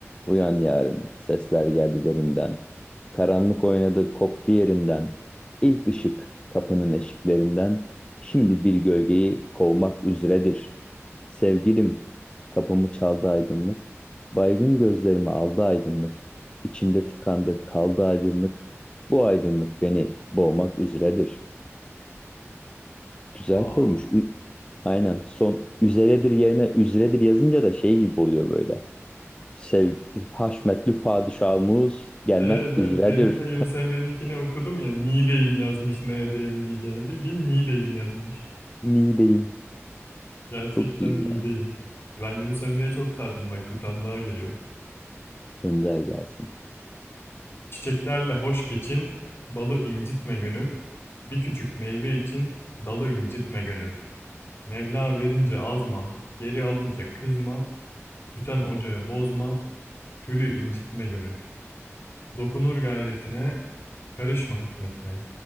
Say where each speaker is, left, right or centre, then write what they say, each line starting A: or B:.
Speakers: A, on the left; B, on the left.
A: Uyan yarim, sesler geldi derinden. Karanlık oynadı, koptu yerinden. İlk ışık kapının eşiklerinden. Şimdi bir gölgeyi kovmak üzeredir. Sevgilim, kapımı çaldı aydınlık. Baygın gözlerimi aldı aydınlık. İçimde tıkandı, kaldı aydınlık. Bu aydınlık beni boğmak üzeredir. Güzel
B: Vay.
A: koymuş. Ü- Aynen. Son üzeredir yerine üzredir yazınca da şey gibi oluyor böyle. Sev Haşmetli padişahımız gelmek
B: Evet evet
A: üzeredir.
B: demin de Yunus Emre'ninkini okudum ya Niğdeyim yazmış neredeyim diyeceğine. Bildiğin Niğdeyim yazmış.
A: <laughs> Niğdeyim.
B: Gerçekten
A: Çok iyi
B: Niğdeyim.
A: yani.
B: Ben Yunus Emre'ye çok sardım bak bir tane daha geliyor.
A: Önder gelsin.
B: Çiçeklerle hoş geçin, balı incitme gönül. Bir küçük meyve için dalı incitme gönül. Mevla verince azma, geri alınca kızma. Tüten ocağı bozma, külü incitme gönül. Dokunur gayretine, karışma hikmetine.